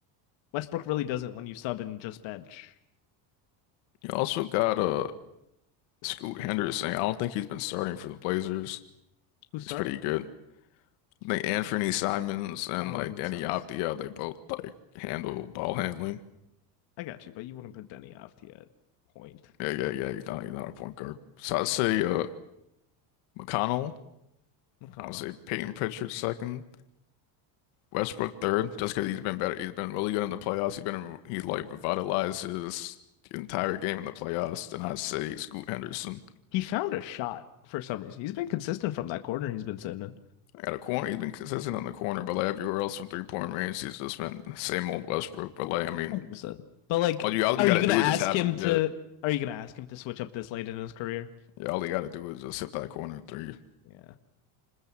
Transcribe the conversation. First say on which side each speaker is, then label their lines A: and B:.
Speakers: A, on the left; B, on the left.
A: Westbrook really doesn't when you sub and just bench.
B: You also got uh Scoot Henderson. I don't think he's been starting for the Blazers.
A: Who's
B: He's
A: starting?
B: pretty good. I think Anfernee Simons and
A: Oh,
B: like
A: that makes
B: Danny
A: sense.
B: Avdia, they both like handle ball handling.
A: I got you, but you wouldn't put Denny off to point.
B: Yeah, yeah, yeah. He's not he's not a point guard. So I'd say uh McConnell.
A: McConnell.
B: I would say Peyton Pritchard second, Westbrook third, just because
A: Yeah.
B: he's been better. He's been really good in the playoffs. He's been he like revitalized his entire game in the playoffs. Then I'd say Scoot Henderson.
A: He found a shot for some reason. He's been consistent from that corner he's been sitting in.
B: I got a corner. He's been consistent on the corner, but like everywhere else from three point range, he's just been the same old Westbrook. But like, I mean,
A: Hundred percent. But like,
B: all you all
A: are
B: you gotta
A: you gonna
B: do
A: ask
B: is just have
A: him
B: him. Yeah,
A: to? Are you gonna ask him to switch up this late in his career?
B: yeah. All you gotta do is just hit that corner three.
A: Yeah.